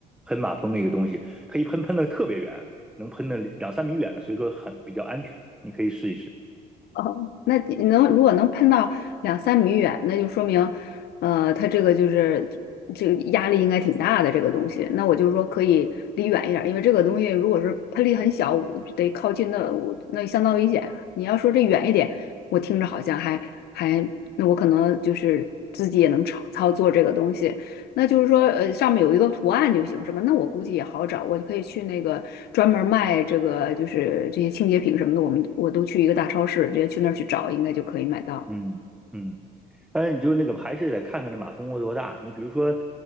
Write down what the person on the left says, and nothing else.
嗯那你能如果能喷到两三米远，那就说明，呃，它这个就是这个压力应该挺大的这个东西。那我就说可以离远一点儿，因为这个东西如果是喷力很小，我就得靠近那我那相当危险啊你要说这远一点，我听着好像还还，那我可能就是自己也能操操作这个东西，那就是说，呃，上面有一个图案就行，是吧？那我估计也好找，我就可以去那个专门卖这个，就是这些清洁品什么的，我们我都去一个大超市，直接去那儿去找，应该就可以买到。